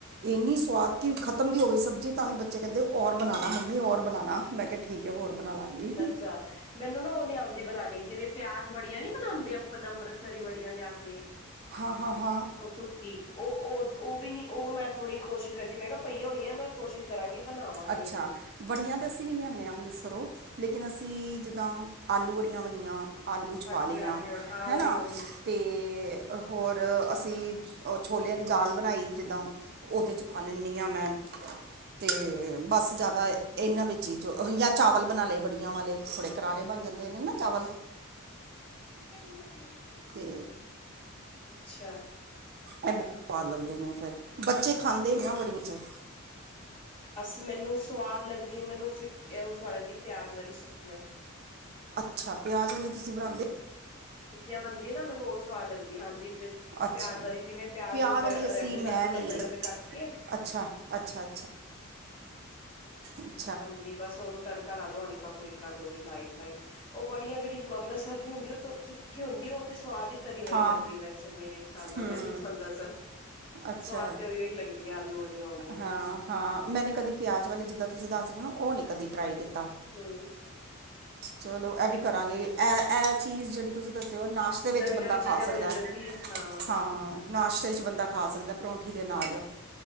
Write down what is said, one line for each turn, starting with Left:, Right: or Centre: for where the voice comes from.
Right: ਇੰਨੀ ਸਆਦ ਕਿ ਖਤਮ ਵੀ ਹੋ ਗਈ ਸਬਜ਼ੀ ਤਾਂ ਵੀ ਬੱਚੇ ਕਹਿੰਦੇ ਔਰ ਬਣਾਣਾ ਮੰਮੀ ਔਰ ਬਣਾਣਾ। ਮੈਂ ਕਿਹਾ ਠੀਕ ਏ ਹੋਰ ਬਣਾ ਲਾਂਗੀ।
Left: ਅੱਛਾ ਮੈਨੂੰ ਨਾ ਉਹ ਨੀ ਆਦੀ ਬਣਾਣੀ ਜਿਵੇਂ ਪਿਆਜ ਵੜੀਆਂ ਨੀ ਬਣਾਦੇ ਆਪਾ ਅੰਮ੍ਰਿਤਸਰੀ ਵੜੀਆਂ ਲਿਆ ਕੇ।
Right: ਹਾਂ, ਹਾਂ, ਹਾਂ।
Left: ਚੁੱਕੀ ਉਹ ਵੀ ਨੀ ਉਹ ਮੈਂ ਥੋੜ੍ਹੀ ਕੋਸ਼ਿਸ਼ ਕਰ ਜ ਮੈਂ ਕਿਹਾ ਪਈਆਂ ਹੋਈਆਂ ਮੈਂ ਕੋਸ਼ਿਸ਼ ਕਰਾਂਗੀ ਬਣਾਵਾਂਗੀ
Right: ਅੱਛਾ
Left: ਇਹਨੂੰ।
Right: ਵੜੀਆਂ ਤਾਂ ਅਸੀਂ ਵੀ ਲਿਆਦੇ ਹਾਂ ਅੰਮ੍ਰਿਤਸਰੋਂ, ਲੇਕਿਨ ਅਸੀਂ, ਜਿੱਦਾਂ ਆਲੂ ਬੜੀਆਂ ਬਣੀਆਂ ਆਲੂ ਚ
Left: ਹਾਂਜੀ
Right: ਪਾਲੀਆਂ
Left: ਆਲੂ ਵੜ ਹਾਂ ਉਹੀ-ਉਹੀ
Right: ਹੈ ਨਾ। ਤੇ, ਹੋਰ ਅਸੀਂ ਛੋਲਿਆਂ ਦੀ ਦਾਲ ਬਣਾਈ ਜਿੱਦਾਂ। ਉਦੇ 'ਚ ਪਾ ਲੈਨੀ ਆ ਮੈਂ ਤੇ ਬਸ ਜਿਆਦਾ ਇਨਾਂ ਵਿਚ ਹੀ ਪਾਲੇ ਜਾਂ ਚਾਵਲ ਬਣਾ ਲਏ ਬੜੀਆਂ ਵਾਲੇ ਥੋੜੇ ਕਰਾਰੇ ਬਣ ਜਾਂਦੇ ਨੇ ਨਾ ਚਾਵਲ
Left: ਕਿੰਨੀ ਵੱਡੀ ਹੋਗੀ ਏ
Right: ਤੇ
Left: ਅੱਛਾ
Right: ਇਹ ਬਹੁਤ ਸਵਾਦ ਲੱਗਦੇ ਨੇ ਫਿਰ ਬੱਚੇ ਖਾਂਦੇ ਨੇ ਨਾ ਬੜੀ ਚ
Left: ਅਸ ਮੈਨੂੰ ਸਵਾਦ ਲੱਗਦੀ ਮੈਨੂੰ ਫਿ ਉਹ ਸਵਾਦ ਲਗਦੀ ਪਿਆਜ ਵਾਲੀ ਸੁੱਕੀਆਂ
Right: ਅੱਛਾ ਪਿਆਜ ਵਾਲੀ ਤੁਸੀਂ ਬਣਾਂਦੇ।
Left: ਸੁੱਕੀਆਂ ਬਣਦੀ ਨਾ ਮੈਨੂੰ ਉਹ ਸਵਾਦ ਲੱਗਦੀ, ਹਾਂਜੀ ਬਿਲ-
Right: ਅੱਛਾ
Left: ਪਿਆਜ ਵਾਲੀ ਜਿਵੇਂ ਪਿਆਜ
Right: ਪਿਆਜ਼
Left: ਨੂੰ ਰੈਡ
Right: ਵਾਲੀ ਅਸੀਂ ਮੈਂ
Left: ਕਰ ਲੋ
Right: ਨਹੀਂ
Left: ਲੰਬੇ- ਲੰਬੇ ਕੱਟ ਕੇ।
Right: ਅੱਛਾ, ਅੱਛਾ- ਅੱਛਾ।
Left: ਹਾਂਜੀ ਬਸ ਉਹਨੂੰ ਤੜਕਾ ਲਾ ਦੋ ਹਲਕਾ- ਫੁਲਕਾ ਜੋ ਵੀ ਲਾਈਟ- ਲਾਈਟ। ਉਹ ਬੜੀਆਂ ਜਿਹੜੀ ਅੰਮ੍ਰਿਤਸਰ ਦੀ ਹੁੰਦੀ ਏ ਉਹ ਤਿੱਖੀ ਹੁੰਦੀ ਏ ਉਹ ਤੇ ਸਵਾਦ ਈ। ਤਰੀ ਵਾਲੀ
Right: ਹਾਂ
Left: ਲੱਗਦੀ ਵੈਸੇ ਮੇਰੇ ਹਿਸਾਬ ਨਾਲ
Right: ਹੂੰ
Left: ਮੈਂ ਵੀ ਤੁਹਾਨੂੰ ਦੱਸਾਂ।
Right: ਅੱਛਾ
Left: ਸਵਾਦ ਤੇ ਉ ਹੀ ਓ ਲੱਗਦੀ ਆਲੂ ਬੜੀਆਂ ਹੋ ਗਈਆਂ।
Right: ਹਾਂ ਹਾਂ ਮੈਨੇ ਕਦੀ ਪਿਆਜ਼ ਵਾਲੇ ਜਿੱਦਾਂ ਤੁਸੀਂ ਦੱਸ ਹੇਓ ਨਾ ਉਹ ਨਹੀਂ ਕਦੀ ਟਰਾਈ ਕੀਤਾ।
Left: ਹੂੰ।
Right: ਚਲੋ ਇਹ ਵੀ ਕਰਾਂਗੇ ਇਹ- ਇਹ ਚੀਜ਼ ਜਿਹੜੀ ਮਤੁਸੀਂ ਦੱਸਿਓ ਨਾਸ਼ਤੇ ਵਿੱਚ
Left: ਨਵੀਂ
Right: ਬੰਦਾ
Left: ਨਵੀਂ ਚੀਜ਼ਾਂ
Right: ਖਾ ਸਕਦਾ
Left: ਮਿਲ
Right: ਹੈ।
Left: ਜਾਂਦੀ ਹਾਂ
Right: ਹਾਂ ਨਾਸ਼ਤੇ 'ਚ ਬੰਦਾ ਖਾ ਸਕਦਾ ਪਰੌਂਠੀ ਦੇ ਨਾਲ,